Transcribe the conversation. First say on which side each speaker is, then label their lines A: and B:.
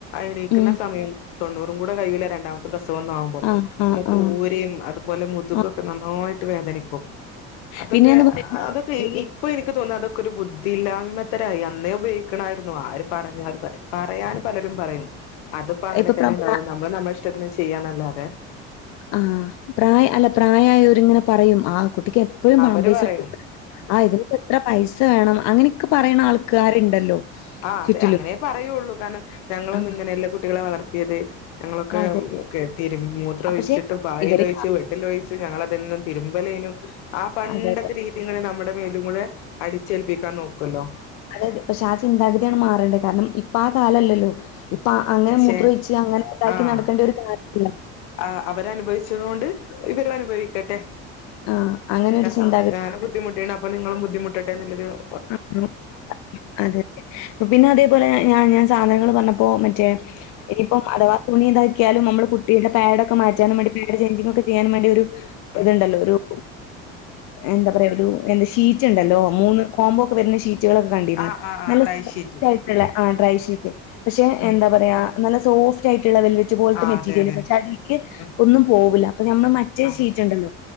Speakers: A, on the left; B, on the left.
A: എണീക്കുന്ന
B: ഉം.
A: സമയം തൊണ്ണൂറും കൂടെ കഴിയൂല്ല രണ്ടാമത്തെ പ്രസ പ്രസവം ഒന്നാകുമ്പോം
B: ആഹ്, ആഹ്,
A: നമുക്ക്
B: ആഹ്.
A: ഊരയും അതുപോലെ മുതുകൊക്കെ
B: ആഹ്.
A: നന്നായിട്ട് വേദനിക്കും അതൊക്കെ
B: പിന്നെ എന്ന് പറയുമ്പോ
A: അതൊക്കെ
B: ഈ
A: ഇപ്പൊ എനിക്ക് തോന്നുന്നു അതൊക്കെ ഒരു ബുദ്ധിയില്ലായ്മത്തരായി അന്നേ ഉപയോഗി ണായിരുന്നു ആര് പറഞ്ഞാ പറയാൻ പലരും പറയും അതിപ്പോ അങ്ങനെ
B: ഇപ്പൊ
A: തന്നെ-
B: പ്ര
A: ഉണ്ടാവുള്ളൂ
B: പ്ര
A: നമ്മള് നമ്മടെ ഇഷ്ടത്തിന് ചെയ്യാന്നാല്ലാതെ-
B: ആഹ് പ്രായ അല്ല പ്രായം ആയൊര് ഇങ്ങനെ പറയും ആ കു കുട്ടിക്ക് എപ്പോഴും പാമ്പേഴ്സാ
A: അവര് പറയും
B: ഇട്ട് കൊടുക്കണെ ആഹ് ഇതിനൊക്കെ എത്ര പൈസ വേണം അങ്ങനെ- ക്കെ പറയ്ണ ആൾക്കാരുണ്ടല്ലോ
A: ആഹ് അതെ
B: ചുറ്റിലും.
A: അങ്ങനെ പറയുള്ളൂ കാരണം ഞങ്ങളൊന്നും
B: ആ
A: ഇങ്ങനെയെല്ല കുട്ടികളെ വളർത്തിയത്- ഞങ്ങളൊക്കെ
B: അതെ. അതെ.
A: തിരു മൂത്ര
B: അ
A: ഒഴിച്ചിട്ട്
B: പക്ഷെ
A: പായിൽ
B: ഇവര്
A: ഒഴിച്ചു
B: കാ
A: ബെഡിൽ ഒഴിച് ഞങ്ങളതും എന്നും തിരുമ്പലേനു ആഹ് പണ്ടത്തെ
B: അതെ, അതെ.
A: രീതിങ്ങെനെ നമ്മുടെ മേലും കൂടെ അടിച്ചേൽപ്പിക്കാൻ നോക്കല്ലോ
B: അതെ പക്ഷെ ആ ചിന്താഗതിയാണ് മാറേണ്ടത് കാരണം ഇപ്പൊ ആ കാലല്ലല്ലോ ഇപ്പൊ അങ്ങനെ
A: പക്ഷെ
B: മൂത്ര ഒഴിച്ച് അങ്ങനെ ഇതാക്കി
A: ആഹ്
B: നടക്കേണ്ട ഒരു കാര്യംല്ലല്ലോ
A: ആ അവര് അനുഭവിച്ചതു കൊണ്ട് ഇവരും അനുഭവിക്കട്ടെ
B: ആ അങ്ങനെ ഒരു ചിന്താഗതിയാണ്.
A: ആ ഞാനും ബുദ്ധിമുട്ടെണ് അപ്പൊ നിങ്ങളും ബുദ്ധിമുട്ടട്ടെ എന്ന് ഉള്ളെരു-
B: ആഹ് അതെ അതെ പിന്നെ അതേപോലെ ഞ ഞാൻ സാധനങ്ങൾ പറഞ്ഞ പ്പോ മറ്റേ ഇനിയിപ്പം അഥവാ തുണി ഇതാക്കിയാലും നമ്മള് കു കുട്ടിയുടെ പാഡ് ഒക്കെ മാറ്റാനും വെണ്ടി പാഡ് ചേഞ്ചിങ്ങ് ഒക്കെ ചെയ്യാനും വേണ്ടി ഒരു
A: ഉം
B: ഇതുണ്ടല്ലോ ഒരു- എന്താ പറയാ ഒരു എന്താ ഷീറ്റ് ഉണ്ടല്ലോ മൂന്ന് കോംമ്പോ ഒക്കെ വരുന്ന ഷീറ്റ് ഷീറ്റുക്കൾ ഒക്കെ കണ്ടിരുന്നു
A: ആഹ് ആഹ് ആഹ്
B: നല്ല
A: ഡ്രൈ
B: സോഫ്റ്റ്‌
A: ഷീറ്റ്
B: ആയിട്ടുള്ള ആ ഡ്രൈഷീറ്റ്- പക്ഷെ
A: ഉം
B: എന്താ പറയാ നല്ല സോഫ്റ്റ് ആയിട്ടുള്ള വെൽവെറ്റ് പോലത്തെ
A: ആഹ്
B: മെറ്റീരിയല്
A: അതെ അതെ
B: പക്ഷെ അടിക്ക്-
A: ഉം
B: ഒന്നും പോവുല്ല അപ്പൊ നമ്മളെ മറ്റേ
A: ആഹ്
B: ഷീറ്റുണ്ടല്ലോ